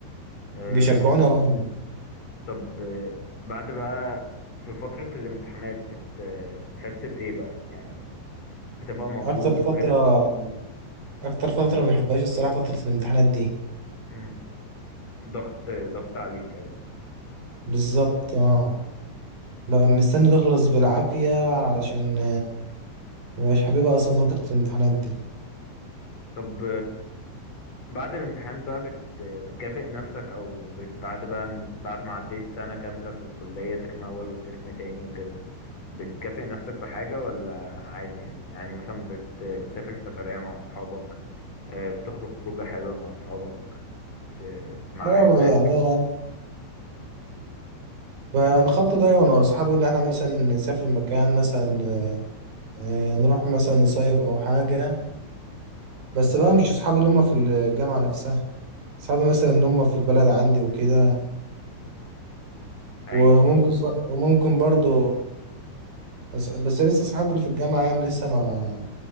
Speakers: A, on the left; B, on the right.
A: اه...
B: بيشجعوني اروح يعني
A: طب آه، بعد بقى في فترة الامتحانات بت... بتحس بإيه بقى يعني بتبقى مضغوط
B: اكتر فترة
A: وكده
B: اكتر فترة ما بحبهاش الصراحة فترة الامتحانات دي
A: امم ضغط ضغط عليك قوي
B: بالظبط اه ببقى مستني تخلص بالعافية علشان مبقاش حاببها اصلا فترة الامتحانات دي
A: طب بعد الامتحانات بقى بت... بتكافئ نفسك او بت... بعد بقى بعد ما عديت سنة كاملة في الكلية ترم اول وترم تاني وكده بتكافئ نفسك بحاجة ولا عادي يعني يعني مثلا بت... بتسافر سفرية مع صحابك آه، بتخرج خروجة حلوة مع صحابك بت... مع
B: اه
A: عيلتك
B: انا بنخطط دايما انا واصحابي ان احنا مثلا نسافر مكان مثلا آه، آه، نروح مثلا نصيف او حاجة
A: اه
B: بس بقى مش اصحابي اللي هم في الجامعة نفسها اصحابي مثلا اللي هم في البلد عندي وكده
A: ايوه
B: وممكن بر... وممكن برضو بس, بس لسه اصحابي اللي في الجامعة يعني لسه ما